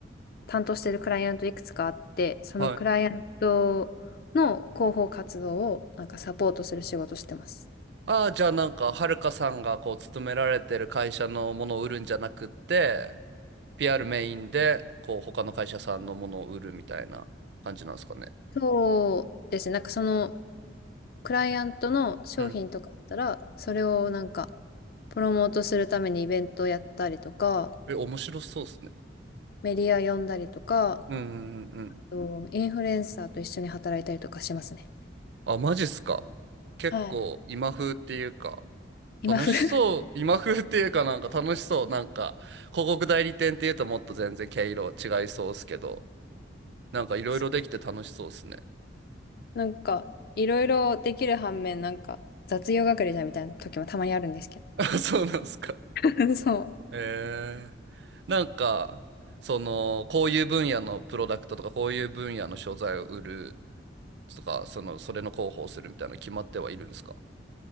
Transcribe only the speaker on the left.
担当してるクライアントいくつかあって、そのクライアントの広報活動を、
なんかサポートする仕事してます。
そうですね。なんかそのクライアントの商品とかあったら、
それをなんかプロモートするためにイベントやったりとか、
メディア呼んだりとか、
あとインフルエンサーと一緒に働いたりとかしますね。
はい。今風。
<laughs> なんか、いろいろできる反面、なんか、雑用係じゃんみたいな時もたまにあるんですけど。
<laughs> そう。